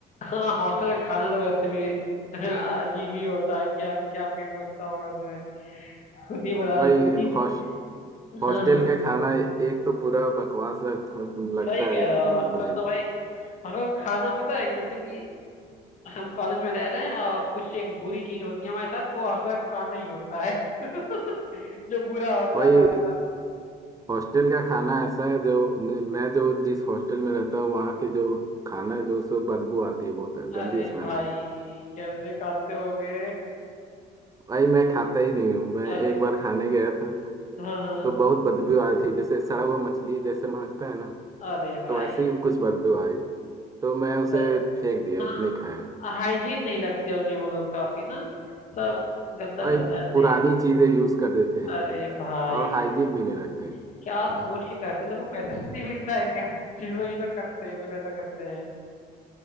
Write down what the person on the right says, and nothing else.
भाई
हॉस
हॉस्टल
का खाना एक तो पूरा बकवास लग, लगता
है यार
मैं
मुझे
भाई
हॉस्टल का खाना ऐसा है जो मैं जो जिस हॉस्टल में रहता हूँ वहाँ के जो खाना है जो सो बदबू आती है बहुत गंदी
स्मेल
आती है
भाई मैं खाता ही नहीं हूँ मैं
एक बार खाने गया था
तो बहुत बदबू आई थी जैसे सड़ा हुआ मछली जैसे महकता है ना
तो वैसे ही कुछ बदबू आई थी तो मैं
उसे फेंक दिया
नहीं खाया
भाई
पुरानी चीजें यूज कर देते हैं
और हाइजीन भी नहीं रखते हैं।